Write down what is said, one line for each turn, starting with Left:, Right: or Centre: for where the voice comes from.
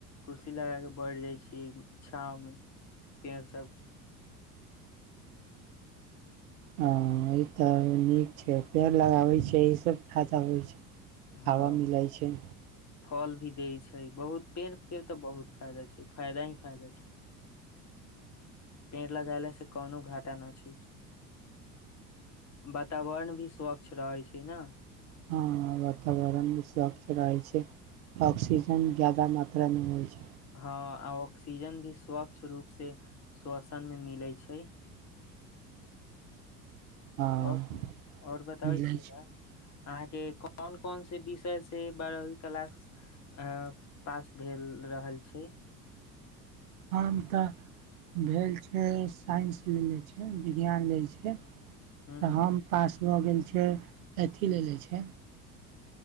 Left: कुर्सी लगा के बैठ जाय छियै छाव मे पेड़ सब
Right: हँ ई तऽ नीक छै पेड़ लगाबैत छिय एहिसँ फायदा होइ छै
Left: हँ
Right: हवा मिलय छै
Left: फल भी दै छै बहुत पेड़ के तऽ बहुत फायदा छै फायदा ही फायदा छै पेर लगेले से कौनो घाटा न छै वातावर्ण भी स्वच्छ रहै छै ने
Right: ह वातावरण भी स्वच्छ रहे छै ऑक्सीजन जायदा मात्रा मे होइ छै
Left: हँ ऑक्सीजन भी स्वच्छ रूप से श्वसन मे मिले छै
Right: हँ
Left: और और बताबै
Right: मिलै
Left: छि ने
Right: छै
Left: अहाँके कोन कोन से विषय से बारहवीं क्लास अ पास भेल रहल छी
Right: हम तऽ भेल छै साइंस लेले छै विज्ञान लेल छै
Left: ह
Right: तऽ
Left: ह
Right: हम पास भऽ गेल छियै अथि लेले छै